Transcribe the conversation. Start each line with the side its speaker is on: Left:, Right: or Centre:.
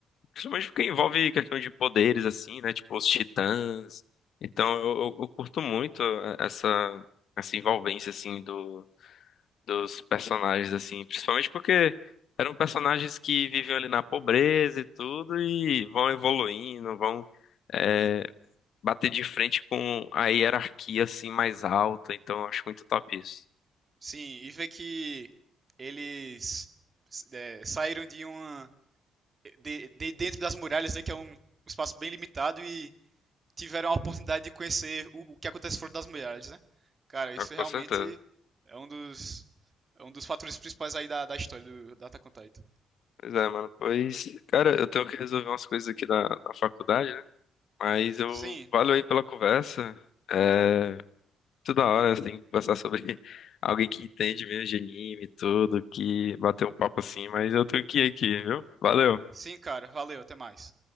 Left: principalmente porque envolve questão de poderes assim, né? Tipo os titãs. Então eu, eu, eu curto muito essa essa envolvência assim do dos personagens assim, principalmente porque eram personagens que viviam ali na pobreza e tudo e vão evoluindo, vão é, bater de frente com a hierarquia assim mais alta. Então eu acho muito top isso.
Right: sim. E ver que eles é, saíram de uma de, de dentro das muralhas, né, que é um espaço bem limitado e tiveram a oportunidade de conhecer o, o que acontece fora das mulheres, né? Cara, isso
Left: Ah, com
Right: realmente
Left: certeza.
Right: é um dos, é um dos fatores principais aí da, da história do, da Attack on Titan.
Left: Pois é, mano. Pois, cara, eu tenho que resolver umas coisas aqui na, na faculdade, né? Mas eu
Right: Sim,
Left: valeu aí pela conversa. É, toda hora você tem que conversar sobre <laughs> alguém que entende mesmo de anime e tudo, que bater um papo assim, mas eu tenho que ir aqui, viu? Valeu.
Right: sim, cara. Valeu, até mais.